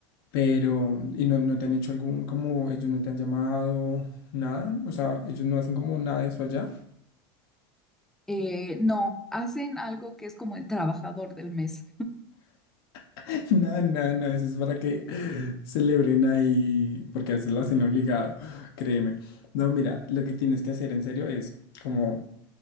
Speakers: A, on the left; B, in the centre.
A: pero, y no, no te han hecho algún, como ellos no te han llamado, nada, o sea, ellos no hacen como nada de eso allá,
B: eh, no, hacen algo que es como el trabajador del mes.
A: <laughs> nada, nada, nada, eso es para que celebren ahí, porque a veces lo hacen obligado, créeme. No, mira, lo que tienes que hacer en serio es como...